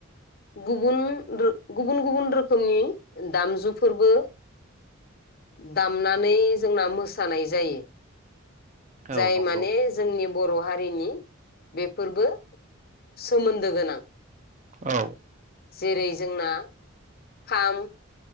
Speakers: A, on the left (about 50°); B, on the right (about 35°).
A: गुबुन रो गुबुन गुबुन रोखोमनि दामजुफोरबो दामनानै जोंना मोसानाय जायो।
B: औ
A: जाय
B: नंगौ
A: माने जोंनि बर' हारि रिनि बेफोरबो सोमोन्दो गोनां।
B: औ
A: जेरै जोंना खाम